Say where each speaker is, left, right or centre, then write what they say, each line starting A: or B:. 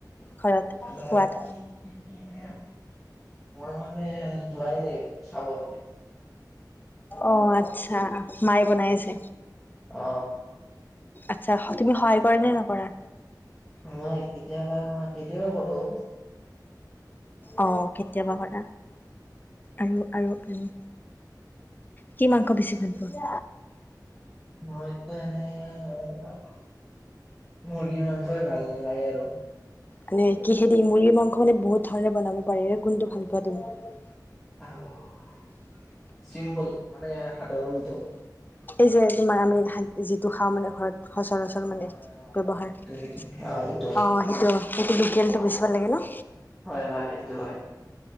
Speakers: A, on the left; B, in the centre.
A: ঘৰত
B: ৰাতি
A: খোৱাত
B: মই মানে যোৱাই নাই চাব কাৰণে
A: অ আচ্ছা মায়ে বনাই আছে
B: অ
A: আচ্ছা তুমি সহায় কৰে নে নকৰা
B: নহয় কেতিয়াবা দিব পাৰোঁ।
A: অ' কেতিয়াবা <unintelligible> আৰু আৰু আৰু কি মাংস বেছি ভাল পোৱা?
B: মইতো এনেই, মুৰ্গীৰ মাংসই ভাল লাগে আৰু।
A: মানে কিহেদি মুৰ্গী মাংস মানে বহুত ধৰণে বনাব পাৰে, এতিয়া কোনটো ভাল পোৱা তুমি?
B: আহ চিম্পল, মানে হাতৰ কামটো।
A: এই যে তোমাৰ আমি <unintelligible> সেইটো খাওঁ মানে ঘৰত। সচৰাচৰ
B: হয়,
A: মানে,
B: হয়, হয়,
A: ব্যৱহাৰ,
B: হয়। সেইটো
A: অ',
B: সেইটো সেইটো
A: সেইটো-সেইত লোকেলটো বেছি ভাল লাগে ন?
B: হয় হয় সেইটো হয়।